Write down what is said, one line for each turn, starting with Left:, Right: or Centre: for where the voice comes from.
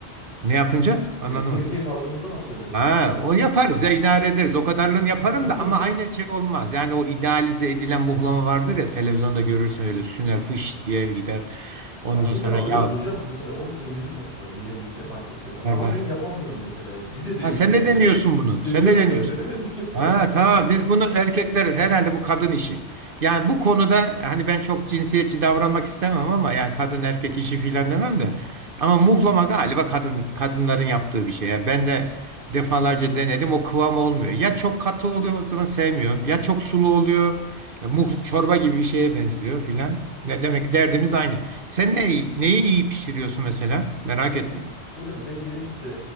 Right: Ne yapınca? Anlamadım.
Left: Erkek erkeğe kaldığımızda nasıl olacak
Right: Ha,
Left: peki?
Right: o yaparız ya idare ederiz. O kadarını yaparım
Left: <laughs>
Right: da ama aynı şey olmaz. Yani o idealize edilen muhlama vardır ya televizyonda görürsün öyle süner fış diye gider.
Left: Marketten
Right: Ondan sonra
Left: alıyoruz
Right: ya
Left: hocam. Mesela onun peynirini satıyorlar özellikle marketlerde. Ama
Right: var var.
Left: ben yapamıyorum mesela. Biz de deniyoruz
Right: Ha sen
Left: evde.
Right: de deniyorsun bunu.
Left: Deniyorum
Right: Sen de deniyorsun.
Left: hocam denemez miyim?
Right: Ha tamam
Left: <laughs>
Right: biz bunu erkekler herhalde bu kadın işi. Yani bu konuda hani ben çok cinsiyetçi davranmak istemem ama yani kadın erkek işi filan demem de. Ama muhlama galiba kadın kadınların yaptığı bir şey. Yani ben de defalarca denedim o kıvam olmuyor. Ya çok katı oluyor o zaman sevmiyorum. Ya çok sulu oluyor. Ya muhl çorba gibi bir şeye benziyor filan. Ne demek derdimiz aynı. Sen neyi, neyi iyi pişiriyorsun mesela? Merak
Left: Ya
Right: ettim.
Left: hocam ben genellikle